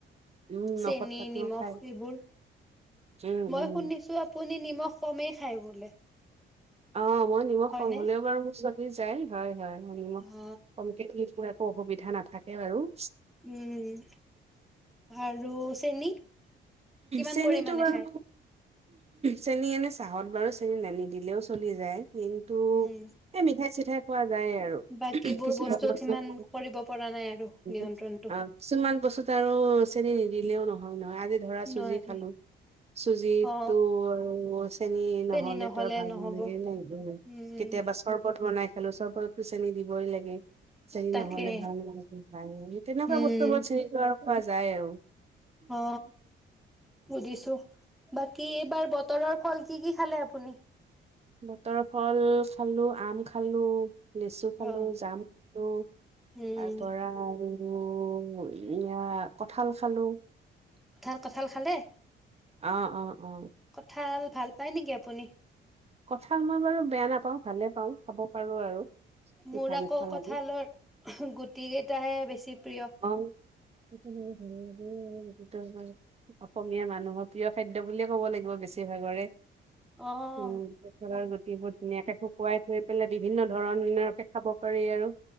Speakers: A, on the right; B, in the centre.
A: উম
B: চেনি
A: নখত পাতোও
B: নিমখ
A: খাই
B: এইবোৰ
A: উম,
B: মই
A: উম,
B: শুনিছো আপুনি নিমখ কমেই খায় বোলে।
A: অ মই নিমখ
B: হয়নে
A: কম হলেও বাৰু মোৰ চ যাই হয় হয়
B: অ
A: কমতি দিলে একো অসুবিধা নাথাকে বাৰু উ
B: উম আৰু চেনি কিমান
A: চেনীটো
B: পৰিমাণে
A: বাৰু
B: খায়
A: চেনী এনে চাহত বাৰু চেনী, নান নিদিলেও চলি যায় কিন্তু
B: উম
A: এই মিঠাই চিঠাই খোৱা যায় আৰু
B: বাকীবোৰ
A: কিছুমান বস্তুত
B: সিমান
A: উ
B: কৰিব পৰা নাই আৰু নিয়ন্ত্ৰণটো
A: কিছুমান বস্তুত আৰু নিদিলেও নহয় নহয় আজি ধৰা চুজি
B: নোৱাৰি
A: খালো চুজিতো
B: অ
A: আৰু চেনি
B: চেনি
A: নহলে ত ভাল
B: নহব
A: নালাগে ন খাবলে
B: উম
A: কেতিয়াবা চৰবত বনাই খালো চৰবত চেনী দিবই লাগে চেনী
B: তাকে
A: নহলে ভাল নালাগে খাই তেনেকুৱা
B: উম
A: বস্তু বৰ চেনীটো আৰু মাজায় আৰু
B: অ বুজিছোঁ বাকী এইবাৰ বতৰৰ ফল কি কি? খালে আপুনি?
A: বতৰ ফল খালো আম খালো লেচু খালো
B: অ
A: জামু খালো
B: উম
A: তাৰ পৰা উ এয়া কঠাল খালো
B: কঁঠাল কঁঠাল খালে?
A: অ অ অ
B: কঁঠাল ভাল পায় নেকি আপুনি?
A: কথা মই বাৰু বেয়া নাপাওঁ ভালে পাওঁ খাব পাৰো আৰু
B: মোৰ
A: পিঠা
B: আকৌ
A: মিঠা লাগি
B: কঁঠালৰ গুটি কেইটাহে বেছি প্ৰিয়।
A: অ তোমাৰ ভাল লাগে আৰু অসমীয়া মানুহত প্ৰিয় খাদ্য বুলিয়ে ক'ব লাগিব বেছিভাগৰে
B: অ',
A: উ গছলৰ গুটিবোৰ ধুনীয়াকে শুকুৱাই থৈ পেলাই বিভিন্ন ধৰণকে খাব পাৰি আৰু